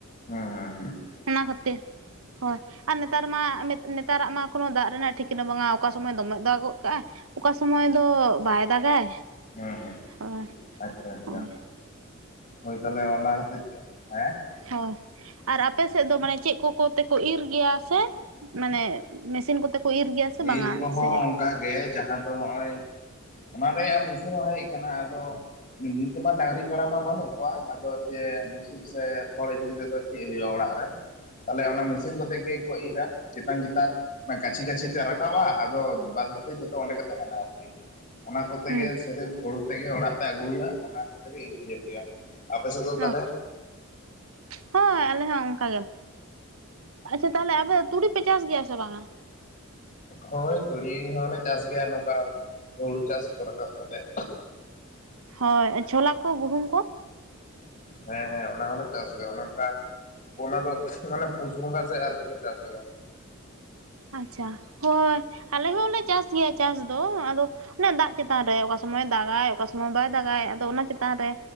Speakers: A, on the left (about 40°); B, on the right (about 85°).
A: ᱦᱮᱸᱻ
B: ᱚᱱᱟᱹ ᱠᱷᱟᱹᱛᱤᱨ ᱦᱳᱭᱸ ᱟᱨ ᱱᱮᱛᱟᱨᱹ ᱢᱟ ᱱᱮᱛᱟᱨᱟᱹᱜ ᱢᱟ ᱠᱳᱱᱚ ᱫᱟᱜ ᱨᱮᱹᱱᱟᱜ ᱴᱷᱤᱠᱹ ᱠᱤᱱᱹ ᱵᱟᱝᱼᱟ ᱚᱠᱟ ᱥᱚᱢᱚᱼᱭ ᱫᱚᱢᱮ ᱫᱟᱜ ᱜᱚᱫ ᱠᱟᱜᱟᱼᱭ ᱚᱠᱟ ᱥᱚᱢᱚᱼᱭ ᱫᱚ ᱵᱟᱭ ᱫᱟᱜᱟᱭ᱾
A: ᱦᱮᱸᱻ
B: ᱦᱳᱭ
A: ᱟᱪᱪᱷᱟ ᱟᱪᱪᱷᱟ᱾
B: ᱦᱳᱭ
A: ᱦᱳᱭ ᱛᱟᱦᱚᱞᱮ ᱚᱱᱟ ᱠᱷᱟᱛᱤᱨ ᱛᱮ, ᱦᱮᱸ
B: ᱦᱮᱸ ᱟᱨ ᱟᱯᱮ ᱥᱮᱫ ᱫᱚ ᱢᱟᱱᱮ ᱪᱮᱫ ᱠᱚ ᱛᱮᱠᱚ ᱤᱨ ᱜᱮᱭᱟ ᱥᱮ? ᱢᱟᱱᱮ ᱢᱮᱥᱤᱱ ᱠᱚᱛᱮ ᱠᱚ ᱤᱨ ᱜᱮᱭᱟ ᱥᱮ ᱵᱟᱝᱟ
A: ᱤᱨ ᱠᱚᱦᱚᱸ
B: ᱥᱮ
A: ᱚᱱᱠᱟ ᱜᱮ ᱡᱟᱦᱟᱸ ᱫᱚ ᱱᱚᱜᱼᱚᱭ ᱚᱱᱟ ᱨᱮᱭᱟᱜ ᱢᱮᱥᱤᱱ ᱦᱚᱸ ᱦᱮᱡ ᱟᱠᱟᱱᱟ ᱟᱫᱚ ᱱᱤᱛ ᱢᱟ ᱰᱟᱹᱝᱨᱤ ᱠᱟᱲᱟ ᱢᱟ ᱵᱟᱹᱱᱩᱜ ᱠᱚᱣᱟ ᱟᱫᱚ ᱡᱮ ᱵᱩᱥᱩᱵ ᱥᱮ ᱠᱷᱚᱲ ᱤᱫᱤ ᱠᱟᱛᱮᱫ ᱫᱚ ᱪᱮᱫ ᱦᱩᱭᱩᱜᱼᱟ ᱚᱲᱟᱜ ᱨᱮ, ᱛᱟᱦᱚᱸᱞᱮ ᱚᱱᱟ ᱢᱮᱥᱤᱱ ᱠᱚ ᱠᱟᱛᱮ ᱜᱮᱠᱚ ᱤᱨᱟ ᱪᱮᱛᱟᱱ ᱪᱮᱛᱟᱱ ᱜᱟᱹᱪᱷᱤ ᱜᱟᱹᱪᱷᱤ ᱨᱟᱠᱟᱵᱼᱟ ᱟᱫᱚ ᱵᱟᱫ ᱵᱟᱹᱠᱤ ᱡᱚᱛᱚ ᱚᱸᱰᱮ ᱜᱮ ᱛᱟᱦᱮᱱᱟ ᱟᱨᱠᱤ, ᱚᱱᱟ ᱠᱚᱛᱮ
B: ᱦᱩᱸ
A: ᱜᱮ ᱥᱮᱨᱮᱯ ᱦᱳᱲᱩ ᱛᱮᱜᱮ ᱚᱲᱟᱼᱜ ᱛᱮ ᱟᱹᱜᱩ ᱦᱩᱭᱩᱜᱼᱟ ᱚᱱᱟ ᱠᱚᱛᱮᱜᱮ ᱜᱮᱭᱟ ᱟᱯᱮᱥᱮᱫ ᱫᱚ
B: ᱚ
A: ᱛᱟᱦᱚᱞᱮ?
B: ᱦᱳᱭ ᱟᱞᱮ ᱦᱚᱸ ᱚᱱᱠᱟᱜ ᱜᱮ ᱟᱪᱷᱟ ᱛᱟᱦᱚᱞᱮ ᱟᱯᱮ ᱛᱩᱲᱤ ᱯᱮ ᱪᱟᱥ ᱜᱮᱭᱟ ᱥᱮ ᱵᱟᱝᱟ?
A: ᱦᱳᱭ ᱛᱩᱲᱤ ᱦᱚᱸᱞᱮ ᱪᱟᱥ ᱜᱮᱭᱟ ᱱᱚᱝᱠᱟ ᱦᱩᱲᱩ ᱪᱟᱥ ᱠᱚ ᱨᱟᱠᱟᱵ ᱠᱟᱛᱮᱜ᱾
B: ᱦᱳᱭ ᱪᱷᱚᱞᱟ ᱠᱚ ᱜᱩᱦᱩᱢ ᱠᱚ
A: ᱦᱮᱸ ᱦᱮᱸ ᱚᱱᱟᱦᱚᱞᱮ ᱪᱟᱥ ᱜᱮᱭᱟ ᱚᱱᱮ ᱚᱱᱠᱟ ᱚᱱᱟ ᱫᱚ ᱢᱟᱱᱮ ᱯᱩᱥ ᱵᱚᱜᱟ ᱥᱮᱫ ᱟᱨᱠᱤ ᱞᱮ ᱪᱟᱥ ᱜᱮᱭᱟ᱾
B: ᱟᱪᱷᱟ ᱦᱳᱭ ᱟᱞᱮ ᱦᱚᱸᱞᱮ ᱪᱟᱥ ᱜᱮᱭᱟ ᱪᱟᱥ ᱫᱚ ᱟᱫᱚ ᱚᱱᱟ ᱫᱟᱜ ᱪᱮᱛᱟᱱ ᱨᱮ ᱚᱠᱟ ᱥᱚᱢᱚᱭ ᱫᱟᱜᱟᱭ ᱚᱠᱟ ᱥᱚᱢᱚᱭ ᱵᱟᱭ ᱫᱟᱜᱟᱭ ᱟᱫᱚ ᱚᱱᱟ ᱪᱮᱛᱟᱱ ᱨᱮ᱾